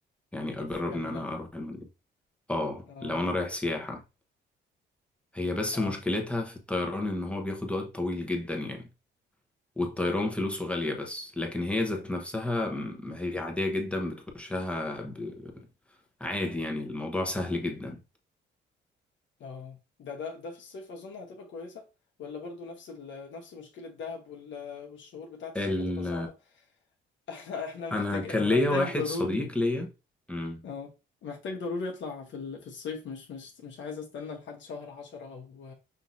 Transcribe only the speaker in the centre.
يعني
اجرب
ان انا
اروح المالديفز اه
لو انا رايح سياحة هي بس
مشكلتها في الطيران ان هو بياخد وقت طويل جدا يعني والطيران فلوسه غالية بس لكن هي ذات نفسها م، هي عادية جدا بتخشها ب- عادي يعني الموضوع سهل جدا
ال...
انا كان
ليا واحد
صديق ليا مم.